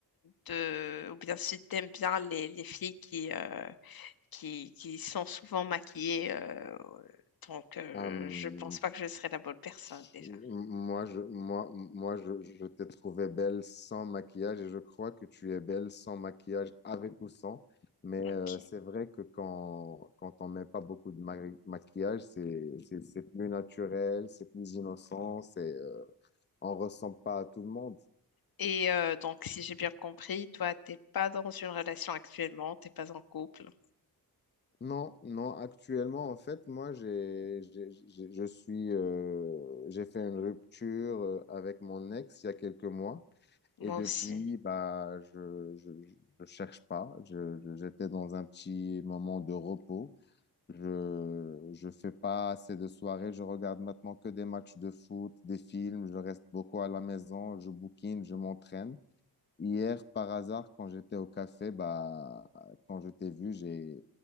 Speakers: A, on the left; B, on the left.
A: de, ou bien si t'aimes bien les, les filles qui, euh, qui, qui sont souvent maquillées. euh, donc, euh,
B: Hum,
A: je pense pas que je serais la bonne personne
B: Je-
A: déjà.
B: Moi, je, moi, moi, je, je t'ai trouvé belle sans maquillage et je crois que tu es belle sans maquillage, avec ou sans. Mais euh,
A: Ok.
B: c'est vrai que quand, quand on met pas beaucoup de ma- maquillage, c'est, c'est, c'est plus naturel, c'est plus innocent, c'est, euh, on ressemble pas à tout le monde.
A: Et euh, donc, si j'ai bien compris, toi, t'es pas dans une relation actuellement, t'es pas en couple.
B: Non, non, actuellement, en fait, moi, j'ai, j'ai, j'ai- je suis, euh, j'ai fait une rupture euh, avec mon ex il y a quelques mois.
A: Moi
B: Et depuis,
A: aussi.
B: bah, je, je, je je cherche pas. Je, je- j'étais dans un petit moment de repos. Je, je fais pas assez de soirées. Je regarde maintenant que des matchs de foot, des films. Je reste beaucoup à la maison. Je bouquine, je m'entraîne. Hier, par hasard, quand j'étais au café, bah, quand je t'ai vu, j'ai,